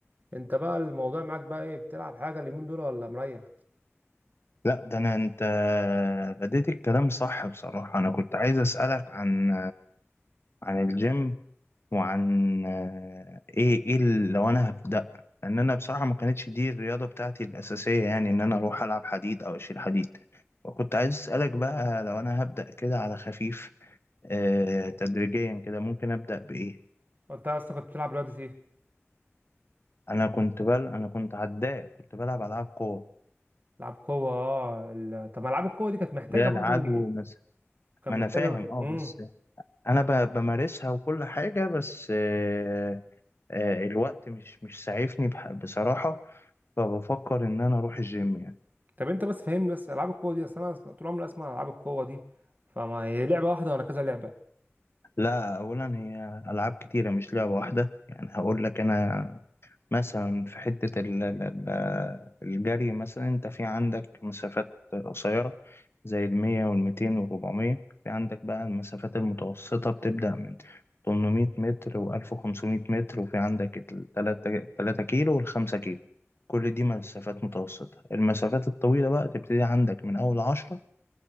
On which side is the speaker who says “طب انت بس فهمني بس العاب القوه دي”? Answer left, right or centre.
Right